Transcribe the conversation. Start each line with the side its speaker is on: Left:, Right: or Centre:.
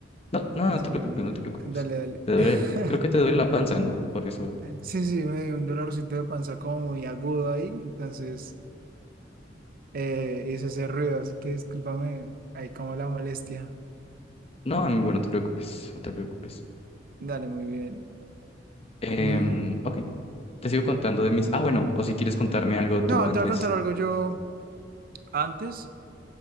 Left: no, no,
Right: Disculpa.
Left: no te preocupes, no te preocupes.
Right: Dale, dale.
Left: Te duele,
Right: <laughs>
Left: creo que te duele la panza, ¿no? Por eso.
Right: Sí, sí, me dio un dolorcito de panza como muy agudo ahí. Entonces. eh, hizo ese ruido, así que discúlpame ahí como la molestia.
Left: No, amigo, no te preocupes, no te preocupes.
Right: Dale, muy bien.
Left: Em,
Right: Mm,
Left: ok, te sigo contando de mis... Ah, bueno, o si quieres contarme algo
Right: no,
Left: tú antes.
Right: te voy a contar algo yo antes,